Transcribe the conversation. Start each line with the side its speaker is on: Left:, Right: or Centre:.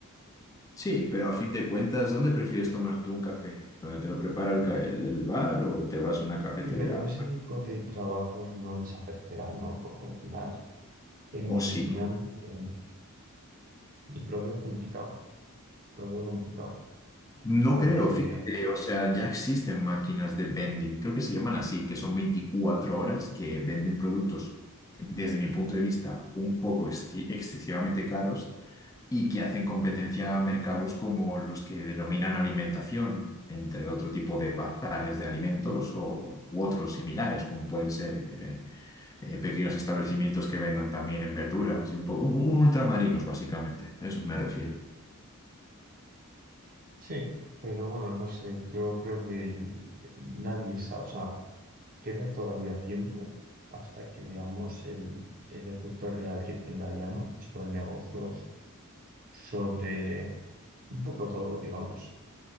Left: sí, pero a fin de cuentas, ¿dónde prefieres tomar tú un café? ¿Dónde te lo prepara el, ca- el- el bar o te vas a una cafetería?
Right: Y pero ese tipo de trabajos no desaparecerán, ¿no? Porque al final, en
Left: O
Right: mi
Left: sí
Right: opinión, eh, lo veo complicado, lo veo complicado.
Left: No
Right: Porque
Left: creo, fíjate, o sea, ya existen máquinas de vending, creo que se llaman así, que son 24 horas que venden productos, desde mi punto de vista, un poco exci- excesivamente caros y que hacen competencia a mercados como los que denominan alimentación, entre otro tipo de bazares de alimentos o, u otros similares, como pueden ser eh, eh, pequeños establecimientos que vendan también verduras y un poco, un- un ultramarinos, básicamente, a eso me refiero.
Right: sí, pero bueno, no sé, yo creo que el- nadie sabe, o sea, queda todavía tiempo hasta que veamos el, el efecto real que tiene la IA, ¿no? Sobre negocios, sobre un poco todo, digamos.